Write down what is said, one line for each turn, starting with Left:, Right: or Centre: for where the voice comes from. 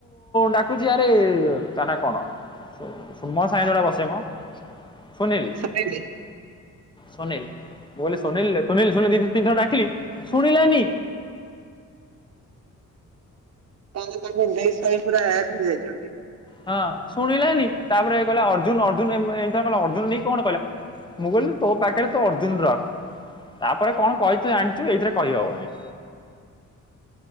Left: ଡା କୁଚି ଆରେ ତାନା କଣ ସୁମ ସାଙ୍ଗ ରେ ବସେମ। ସୁନିଲ୍
Right: ଶୁଣିଲି।
Left: ସୁନିଲ୍ ମୁଁ କହିଲି
Right: ହୁଁ
Left: ସୁନୀଲ୍ ସୁନିଲ୍ ସୁୁନିଲ୍ ଦି ତିନି ଥର ଡାକିଲି ଶୁଣିଲାନି।
Right: ତମେ ତାଙ୍କ <unintelligible> ପୁରା ଯାଇଛନ୍ତି।
Left: ହଁ ଶୁଣିଲାନି ତାପରେ କହିଲା ଅର୍ଜୁନ ଅର୍ଜନ ଏମତି <unintelligible> ଅର୍ଜୁନ ନେଇ କଣ କହିଲା। ମୁଁ କହିଲି ତୋ ପାଖରେ ତୋ ଅର୍ଜୁନ ରଖ। ତାପରେ କଣ କହିଚୁ ଜାଣିଚୁ ଏଇଥିରେ କହିହବନି।